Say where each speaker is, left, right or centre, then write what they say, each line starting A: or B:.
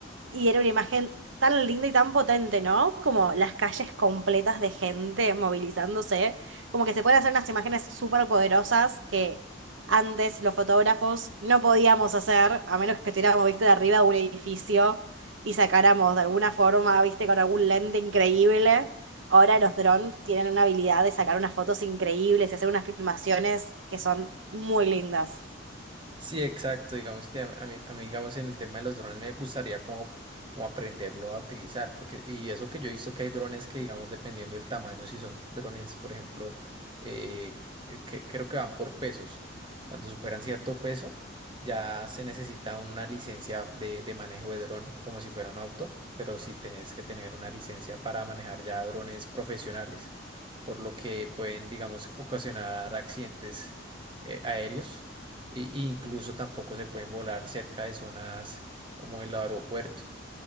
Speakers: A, on the right (about 80°); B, on the right (about 25°).
A: Y era una imagen tan linda y tan potente, ¿no? Como las calles completas de gente movilizándose. Como que se pueden hacer unas imágenes súper poderosas que antes los fotógrafos no podíamos hacer, a menos que estuviéramos, viste, de arriba de un edificio y sacáramos de alguna forma, viste, con algún lente increíble. Ahora los drones tienen una habilidad de sacar unas fotos increíbles y hacer unas filmaciones que son muy lindas.
B: Sí, exacto. Digamos que a, a mí, a mí, digamos, en el tema de los drones me gustaría como, como aprenderlo a utilizar. Porque, y eso que yo he visto que hay drones que, digamos, dependiendo del tamaño, si son drones, por ejemplo, eh, eh, que creo que van por pesos. Cuando superan cierto peso, ya se necesita una licencia de, de manejo de dron, como si fuera un auto. Pero sí tenés que tener una licencia para manejar ya drones profesionales, por lo que pueden, digamos, ocasionar accidentes eh, aéreos y, y incluso tampoco se pueden volar cerca de zonas como el aeropuerto.